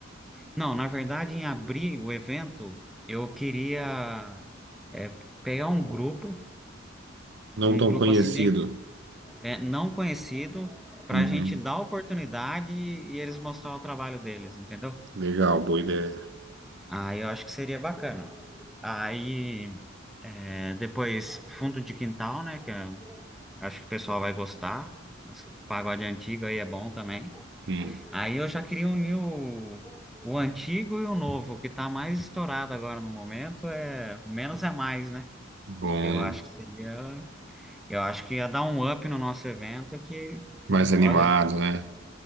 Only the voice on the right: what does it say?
Não
tão
conhecido.
Uhum.
Legal, boa ideia.
Sim.
Bom,
mais animado,
né?